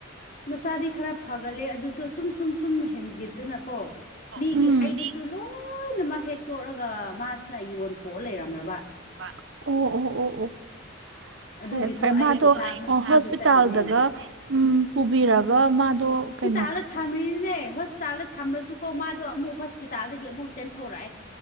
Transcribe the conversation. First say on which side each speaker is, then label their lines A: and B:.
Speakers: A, on the left; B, on the right.
A: ꯃꯁꯥꯗꯤ ꯈꯔꯥ ꯐꯒꯠꯂꯦ ꯑꯗꯨꯁꯨ ꯁꯨꯝ ꯁꯨꯝ ꯁꯨꯝ ꯍꯦꯟꯖꯤꯟꯇꯅꯀꯣ ꯃꯤꯒꯤ
B: ꯎꯝ
A: ꯍꯩꯗꯨꯁꯨ ꯂꯣꯏꯅꯃꯛ ꯍꯦꯛ ꯇꯣꯂꯒ ꯃꯥꯗꯨꯅ ꯌꯣꯟꯊꯣꯛꯑ ꯂꯩꯔꯝꯂꯕꯥ
B: ꯑꯣ ꯑꯣ ꯑꯣ
A: <inaudible>
B: ꯐꯔꯦ ꯐꯔꯦ
A: ꯑꯩ
B: ꯃꯥꯗꯣ
A: ꯄꯩꯁꯥ ꯑꯃꯨꯛ ꯊꯤꯕ
B: ꯍꯣꯁꯄ꯭ꯤꯇꯥꯜꯗꯒ
A: ꯆꯠꯂꯤꯅꯦ
B: ꯎꯝ ꯄꯨꯕꯤꯔꯒ ꯃꯥꯗꯣ ꯀ
A: ꯍꯣꯁꯄ꯭ꯤꯇꯥꯗ ꯊꯝꯃꯤꯅꯤꯅꯦ ꯍꯣꯁꯄꯤꯇꯥꯜꯗ ꯊꯝꯂꯁꯨꯀꯣ ꯃꯥꯗꯣ ꯑꯃꯨꯛ ꯍꯣꯁꯄ꯭ꯤꯇꯥꯜꯗꯥꯒꯤ ꯑꯃꯨꯛ ꯆꯦꯟꯊꯣꯔꯛꯑꯦ